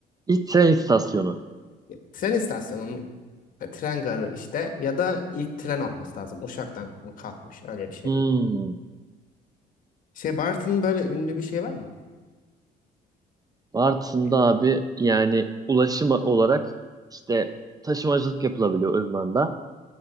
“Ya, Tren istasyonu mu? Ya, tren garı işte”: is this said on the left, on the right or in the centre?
Left